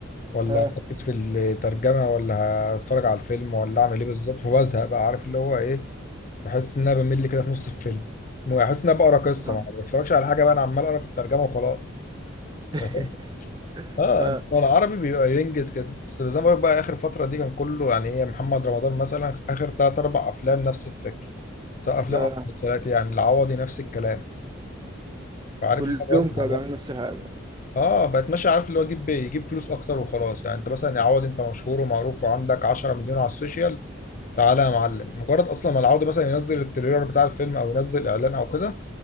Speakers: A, on the left (about 40°); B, on the right (about 20°).
A: ولا
B: اه
A: اركز في الترجمه ولا هتفرج على الفيلم ولا اعمل ايه بالظبط فبزهق بقى عارف اللي هو ايه بحس ان انا بمل كده في نص الفيلم بحس ان انا بقرا قصه
B: فاهم
A: ما بتفرجش على حاجه بقى انا عمال اقرا في الترجمه وخلاص <laughs>
B: <laughs>
A: فاهم؟ اه
B: اه
A: إنما العربي بيبقى ينجز كده بس زي ما بقول لك بقى اخر فتره دي كان كله يعني ايه محمد رمضان مثلا اخر ثلاث اربع افلام نفس الفكر سواء افلام
B: ده
A: او مسلسلات يعني العوضي نفس الكلام فعارف
B: كلهم
A: اللي هو بزهق
B: كانوا بيعملوا نفس الحاجة
A: اه بقت ماشيه عارف اللي هو يجيب يجيب فلوس اكتر وخلاص يعني انت مثلا يا عوض انت مشهور ومعروف وعندك 10 مليون على السوشيال تعالى يا معلم مجرد اصلا ما العوض مثلا ينزل التريلر بتاع الفيلم او ينزل اعلان او كده